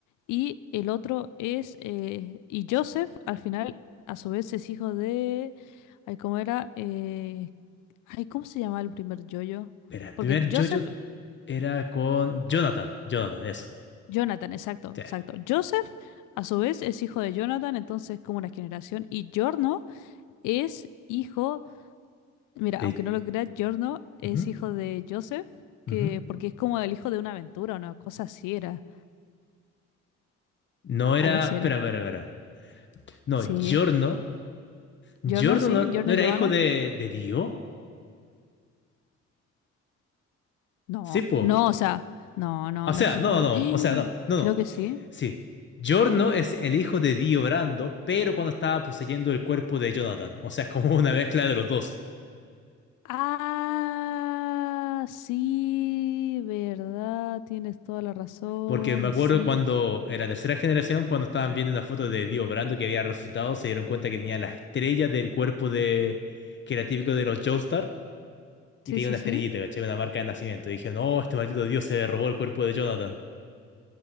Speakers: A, on the left (about 90°); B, on the left (about 40°).
A: Y el otro es... eh, y Joseph, al final, a su vez, es hijo de... Ay, ¿cómo era? Eh, Ay, ¿cómo se llama el primer yoyo?
B: era, el
A: Porque
B: primer
A: Joseph
B: JoJo era con Jonathan. Jonathan, eso.
A: Jonathan, exacto,
B: Sí.
A: exacto. Joseph, a su vez, es hijo de Jonathan, entonces como una generación. Y Giorno es hijo, mira,
B: De-
A: aunque no lo creas, Giorno es
B: ujú,
A: hijo de Joseph, que
B: ujú.
A: porque es como el hijo de una aventura, una cosa así era,
B: No
A: algo
B: era,
A: así
B: espera,
A: era.
B: espera, espera. No,
A: Sí,
B: Giorno. Giorno
A: Giorno, sí,
B: no,
A: Giorno
B: no era
A: Giovanna.
B: hijo de, de Dio.
A: No,
B: Sí, po.
A: no, o sea, no, no,
B: O sea,
A: no es hijo
B: no,
A: de...
B: no,
A: <gasps>
B: o sea, no, no,
A: Creo
B: no.
A: que sí.
B: Sí, Giorno es el hijo de Dio Brando, pero cuando estaba poseyendo el cuerpo de Jonathan. O sea, es como una mezcla de los dos.
A: Ah, sí, verdad, tienes toda la razón,
B: Porque me acuerdo
A: sí,
B: cuando, en la tercera generación, cuando estaban viendo una foto de Dio Brando que había resucitado, se dieron cuenta que tenía la estrella del cuerpo de... que era típico de los Joestar,
A: sí,
B: y tenía
A: sí,
B: una
A: sí.
B: estrellita, ¿cachai? Una marca de nacimiento. Y dijeron, no, este maldito Dio se robó el cuerpo de Jonathan.